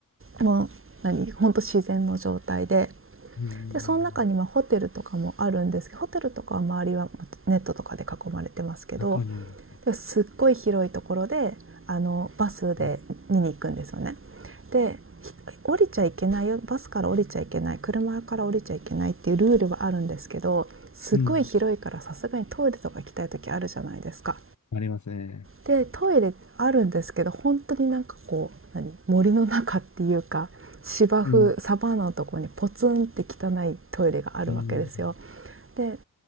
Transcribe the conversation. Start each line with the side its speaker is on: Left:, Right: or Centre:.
Right: もう何ほんと自然の状態で
Left: うん。
Right: でその中にまあホテルとかもあるんですけどホテルとかは周りはネットとかで囲まれてますけど
Left: 中にある。
Right: ですっごい広いところであのバスで見に行くんですよね。
Left: うん、
Right: で降りちゃいけないよバスから降りちゃいけない車から降りちゃいけないっていうルールはあるんですけどすごい広いからさすがにトイレとか行きたい時あるじゃないですか。
Left: うんありますね。
Right: でトイレあるんですけど本当になんかこう何森の中っていうか芝生サバンナのところにポツンって汚いトイレがあるわけですよ。
Left: うん、うん、
Right: で